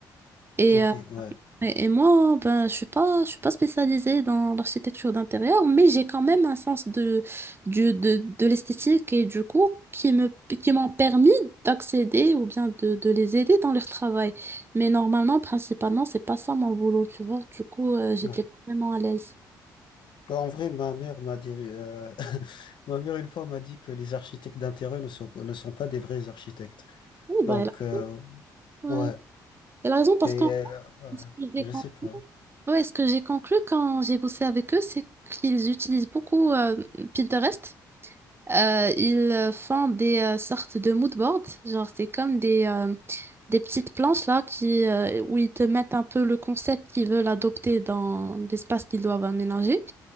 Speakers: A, on the right; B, on the left.
A: Et,
B: ok,
A: euh,
B: ouais,
A: et et moi, ben, je suis pas, je suis pas spécialisée dans l'architecture d'intérieur, mais j'ai quand même un sens de, du, de, de l'esthétique et du coup, qui me, qui m'ont permis d'accéder ou bien de, de les aider dans leur travail. Mais normalement, principalement, c'est pas ça mon boulot, tu vois. Du coup, euh, j'étais
B: ouais.
A: pas vraiment à l'aise.
B: Bah, En vrai, ma mère m'a dit, euh, <laughs> ma mère une fois m'a dit que les architectes d'intérêt ne sont, ne sont pas des vrais architectes.
A: Oui, bah,
B: Donc,
A: elle a
B: euh,
A: raison. Ouais.
B: ouais.
A: Elle a raison parce
B: Et
A: que
B: euh, ouais,
A: ce que j'ai
B: je
A: con-
B: sais pas.
A: ouais, ce que j'ai conclu quand j'ai bossé avec eux, c'est qu'ils utilisent beaucoup euh, Pinterest. Euh, ils euh, font des euh, sortes de mood boards, genre c'est comme des, euh, des petites planches là qui, euh, où ils te mettent un peu le concept qu'ils veulent adopter dans l'espace qu'ils doivent aménager.